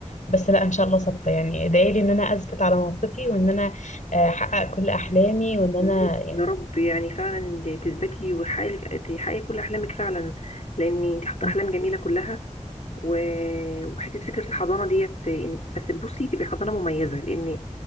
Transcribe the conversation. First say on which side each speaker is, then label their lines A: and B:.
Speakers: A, on the left; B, on the left.
A: بس لا ان شاء الله ثابته يعني ادعي لي ان انا اثبت على موقفي وان انا آه، احقق كل احلامي وان انا
B: والله
A: يعني
B: يا رب يعني فعلا تثبتي وحقيقي تحققي كل احلامك فعلا لان انت حاطه
A: م-
B: احلام جميله كلها و- وحته فكره الحضانه ديت إن- بس بصي تبقى حضانه مميزه لان